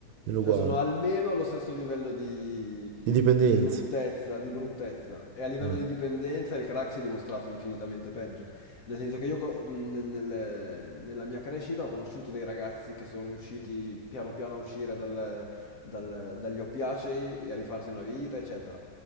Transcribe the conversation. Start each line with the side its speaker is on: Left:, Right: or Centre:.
Right: meno
Left: Cioè
Right: uguale,
Left: sono almeno allo stesso livello di,
Right: indipendenza.
Left: di bruttezza, di bruttezza. E a livello
Right: Ah.
Left: di dipendenza il crack si è dimostrato infinitamente peggio. Nel senso che io co- nel- nel- nella mia crescita ho conosciuto dei ragazzi che sono riusciti piano piano a uscire dal- dal- dagli oppiacei e a rifarsi una vita, eccetera.